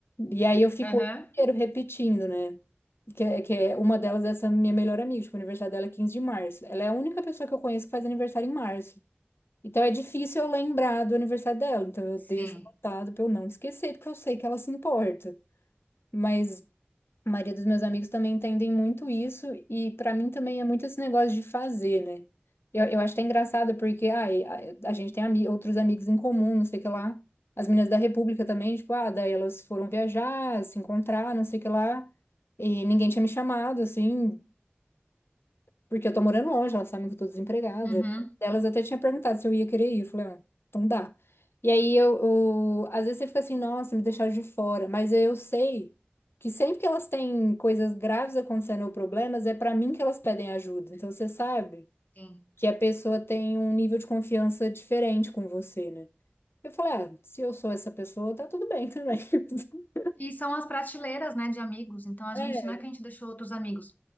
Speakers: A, on the left (about 70°); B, on the left (about 45°).
A: E aí eu fico
B: Aham.
A: o ano inteiro repetindo, né? que é, que é uma delas, é essa minha melhor amiga, tipo, o aniversário dela é 15 de março. Ela é a única pessoa que eu conheço que faz aniversário em março. Então é difícil eu lembrar do aniversário dela. Então eu
B: Sim.
A: deixo anotado pra eu não esquecer, porque eu sei que ela se importa. Mas a maioria dos meus amigos também entendem muito isso, e pra mim também é muito esse negócio de fazer, né? Eu, eu acho até engraçado, porque ai, a, a gente tem ami outros amigos em comum, não sei o que lá. As meninas da República também, tipo, ah, daí elas foram viajar, se encontrar, não sei o que lá, e ninguém tinha me chamado, assim. Porque eu tô morando longe, elas sabem que eu tô desempregada.
B: Uhum.
A: Elas até tinha perguntado se eu ia querer ir. Eu falei, ah, então dá. E aí eu, eu- às vezes você fica assim, nossa, me deixaram de fora. Mas eu sei que sempre que elas têm coisas graves acontecendo ou problemas, é pra mim que elas pedem ajuda. Então você sabe
B: Sim.
A: que a pessoa tem um nível de confiança diferente com você, né? Eu falei, ah, se eu sou essa pessoa, tá tudo bem também. <laughs>
B: E são as prateleiras, né, de amigos. Então a
A: É.
B: gente não é que a gente deixou outros amigos.